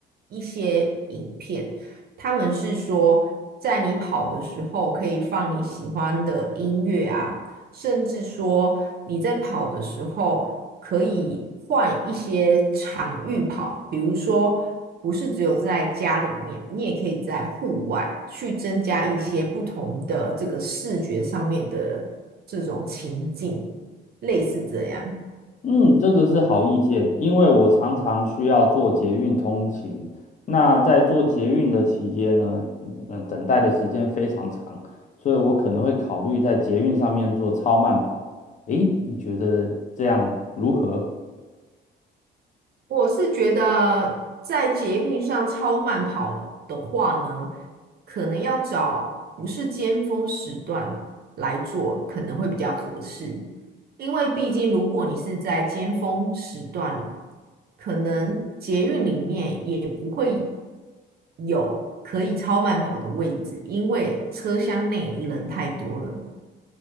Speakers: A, on the right; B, on the left.
A: 一些影片，他们是说，在你跑的时候可以放你喜欢的音乐啊，甚至说你在跑的时候，可以换一些场域跑，比如说不是只有在家里面，你也可以在户外去增加一些不同的这个视觉上面的这种情境，类似这样。
B: 嗯，这个是好意见，因为我常常需要做捷运通勤。那在做捷运的期间呢，嗯、等待的时间非常长，所以我可能会考虑在捷运上面做超慢跑。诶，你觉得这样如何？
A: 我是觉得在捷运上超慢跑的话呢，可能要找不是尖峰时段来做，可能会比较合适。因为毕竟如果你是在尖峰时段，可能捷运里面也不会有可以超慢跑的位置，因为车厢内人太多了。